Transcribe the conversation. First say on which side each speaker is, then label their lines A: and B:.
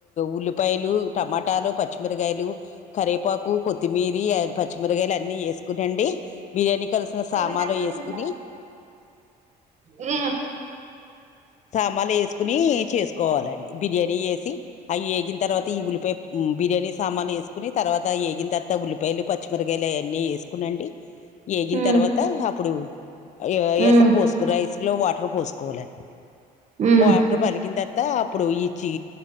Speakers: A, on the left; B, on the right.
A: ఉల్లిపాయలు టమాటాలు పచ్చిమిరగాయలు కరేపాకు కొత్తిమీరి <unintelligible> పచ్చిమిరగాయలు అన్నీ ఏసుకునండి బిర్యానీ కలిసిన సామానులు
B: ఉమ్
A: ఏసుకుని
B: ఉమ్
A: సామాలు వేసుకుని చేసుకోవాలండి బిర్యానీ ఏసి అయ్యేగిన తర్వాత ఈ ఉల్లిపాయ్ బిర్యానీ సామాను వేసుకుని తర్వాత ఏగిన తర్త ఉల్లిపాయలు పచ్చిమిరగాయలు అయన్నీ వేసుకునండి
B: ఉమ్
A: ఏగిన తర్వాత అప్పుడు అయోఎస్
B: ఉమ్
A: రైస్ లో వాటర్ పోసుకోవాలన్
B: ఉమ్
A: వాటర్ మరిగింతర్త అప్పుడు ఈచ్చి